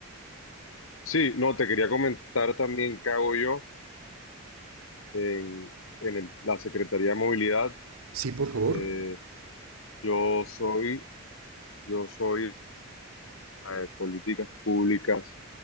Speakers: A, on the left; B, on the right.
A: Sí, no, te quería comentar también qué hago yo en, en el- la Secretaría de Movilidad.
B: Sí, por favor.
A: Eh, yo soy, yo soy de políticas públicas